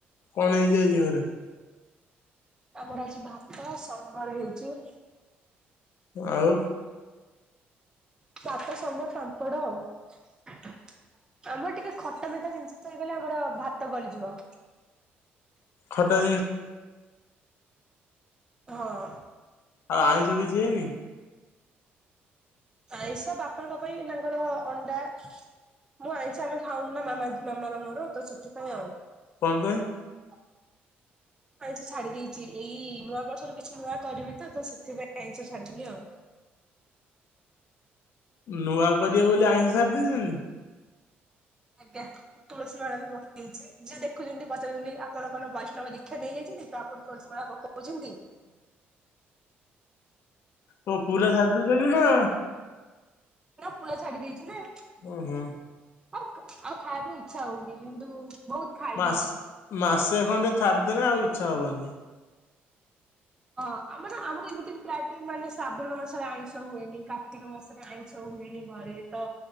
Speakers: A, on the left; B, on the right.
A: କଣ ହେଇଛି ଆଜି ଘରେ?
B: ଆମର ଅଛି ଭାତ ଶମ୍ୱର ହେଇଛି।
A: ଆଉ?
B: ସାତ ଶମ୍ୱର୍ ପାମ୍ପଡ ଆଉ ଆମର ଟିକେ ଖ ତମେ ତା ଜିନିଷ ଥୋଇଗଲେ ଆମର ଭାତ ଗଳିଯିବ।
A: ଖଟା
B: ହଁ।
A: ଆଉ ଆଇସ କିଛି ହେଇନି?
B: ଆାଇସ ବାପାଙ୍କ ପାଇଁ ତାଙ୍କର ଅଣ୍ଡା ମୁଁ ଆଇସ ଆମେ ଖାଉନୁ ନା ମାମା ମାମା ମୋର ତ ସେଥିପାଇଁ ଆଉ।
A: କଣ ପାଇଁ?
B: <inaudible> ମୁଁ ଆଇସ ଛାଡି ଦେଇଛି ଏଇ ନୂଆ ବର୍ଷରୁ କିଛି ନୂଆ କରିବି ତ ତ ସେଥିପାଇଁ ଆଇସ ଛାଡିଦେଲି ଆଉ।
A: ନୂଆ କରିବେ ବୋଲି ଆଇସ ସାରି ଦେଇଛନ୍ତି?
B: ଆଜ୍ଞା। ତୁଳସୀ ମାଳା ବି ପକେଇଛି ଯିଏ ଦେଖୁଛନ୍ତି ପଚାରୁଛନ୍ତି ଆପଣ କଣ ବୈଷ୍ଣବ ଦୀକ୍ଷା ନେଇଯାଇଛନ୍ତି ତ ତୁଳସୀ ମାଳ ପକଉଛନ୍ତି?
A: ଓ ପୁରା ସାରଛନ୍ତି ନା?
B: ନା ପୁରା ଛାଡ଼ି ଦେଇଛି ନା
A: ଓ ହୋ
B: -ହଉ ଆଉ ଖାଇବାକୁ ଇଚ୍ଛା ହଉନି କିନ୍ତୁ ବହୁତ- ଖାଇ
A: ମାସ୍
B: ଦେଇଛି।
A: ମାସେ ଖଣ୍ଡେ ଛାଡିଦେଲେ ଆଉ ଇଚ୍ଛା ହବନି।
B: -ହଁ ଆମର ଆମର ଏମିତିବି ପ୍ରାୟ ଟାଇମ ମାନେ ଶ୍ରାବଣ ମାସରେ ଆଇଁଷ ହୁଏନି କା- କାର୍ତ୍ତୀକ ମାସରେ ଆଇଁଷ ହୁଏନି ଘରେ ତ